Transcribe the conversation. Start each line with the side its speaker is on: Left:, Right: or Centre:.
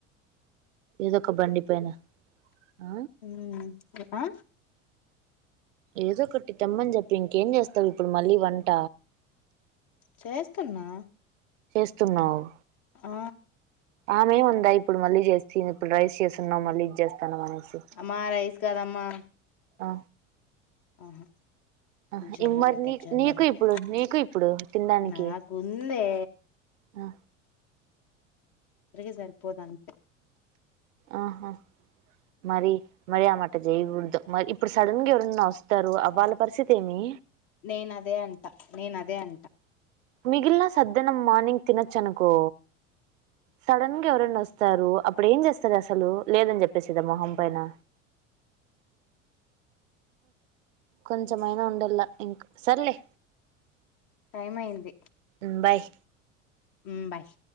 Right: ఏదో ఒక బండి పైన ఆ
Left: ఉమ్ ఆ
Right: ఏదో ఒకట్టి తెమ్మని చెప్పు ఇంకేం చేస్తావు ఇప్పుడు మళ్ళీ వంట
Left: చేస్తున్నా
Right: స్తున్నావు
Left: ఆ
Right: ఆమె ఉందా ఇప్పుడు మళ్ళీ చేస్తా ఇప్పుడు రైస్ చేస్తున్నాం మళ్ళీ ఇది చేస్తానమ్ అనేసి
Left: మా రైస్ కాదమ్మా
Right: ఆ
Left: ఆహా
Right: ఆ
Left: జొన్న
Right: ఇగమర్ని
Left: రొట్టె
Right: నీ
Left: జొన్న
Right: నీకు
Left: రొట్టె
Right: ఇప్పుడు నీకు ఇప్పుడు తినడానికి
Left: నాకుందే
Right: ఆ
Left: ఇద్దరికి సరిపోద్ అంత్
Right: ఆహా మరి మరి ఆమట జయకూడదు మరి ఇప్పుడు సడన్గా ఎవరన్నా వస్తారు అ వాళ్ళ పరిస్థితి ఏమి
Left: నేన్ అదే అంట నేనదే అంట
Right: మిగిలిన సద్ద్యనం మార్నింగ్ తినొచ్చనుకో సడన్గా ఎవరన్న వస్తారు అప్పుడు ఏం చేస్తారు అసలు లేదని చెప్పేసిద్దా మొహం పైన కొంచమైనా ఉండల్లా ఇంక సర్లే
Left: టైమ్ అయింది
Right: ఉమ్ బాయ్
Left: ఉమ్ బయ్